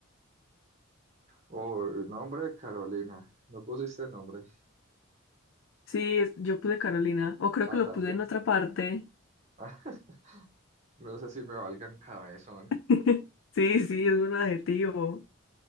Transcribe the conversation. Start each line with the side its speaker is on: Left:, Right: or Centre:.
Right: o nombre, Carolina. No pusiste nombre.
Left: Sí, es- yo puse Carolina, o creo
Right: Ah,
Left: que lo
Right: también.
Left: puse en otra parte.
Right: Ah, <laughs> no sé si me valgan cabezón.
Left: <laughs> Sí, sí, es un adjetivo.